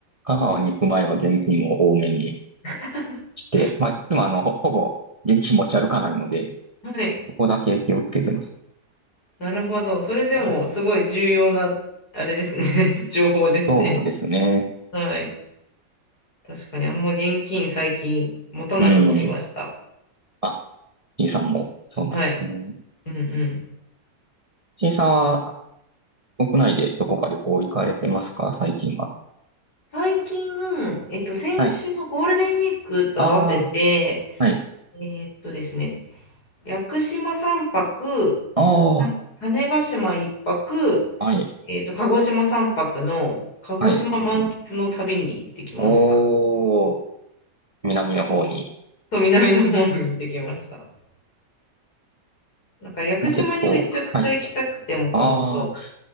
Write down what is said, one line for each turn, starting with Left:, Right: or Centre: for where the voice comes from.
Right: 香川に行く前は現金を多めに
Left: <laughs>
Right: 来て、まあ、いつもあの、ほ、ほぼ現金持ち歩かないので、
Left: はい。
Right: そこだけ気をつけてます。
Left: なるほど。それでもすごい重要な、
Right: はい。
Left: あれですね <laughs> 情報ですね。
Right: そうですね。
Left: はい。確かにあんま現金最近持たなくなりました。
Right: うん。あ、C さんもそうなんですね。
Left: はい。うんうん。
Right: C さんは国内でどこか旅行行かれてますか最近は。
Left: 最近、えっと、先週のゴールデンウィークと合わせて、
Right: はい。ああ、はい。
Left: えっとですね、屋久島3泊、
Right: ああ、
Left: あ種子島1泊、
Right: はい。
Left: えっと、鹿児島3泊の鹿児島満喫の旅に行ってきました。
Right: はい。おー、南の方に。
Left: と南の方に行ってきました。なんか屋久島にめちゃくちゃ行きたくて、
Right: もう結構、はい。
Left: もともと。
Right: ああ、